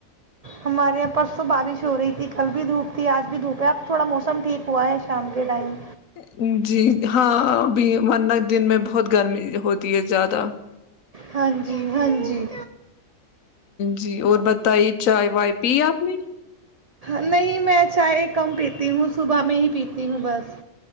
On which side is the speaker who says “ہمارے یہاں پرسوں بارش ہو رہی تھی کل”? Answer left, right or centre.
Right